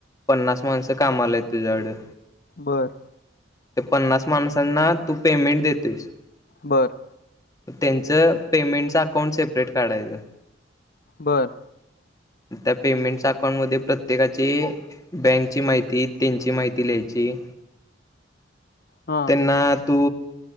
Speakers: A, on the left; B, on the left.
A: पन्नास माणसं कामाला हायत तुझ्याकडं.
B: बर.
A: त्या पन्नास माणसांना तू पेमेंट देतोयस.
B: बर
A: त्यांचं पेमेंटचं अकाउंट सेपरेट काढायचं.
B: बर.
A: त्या पेमेंटच्या अकाउंटमध्ये प्रत्येकाची बँकची माहिती, त्यांची माहिती लिह यची
B: हा
A: त्यांना तू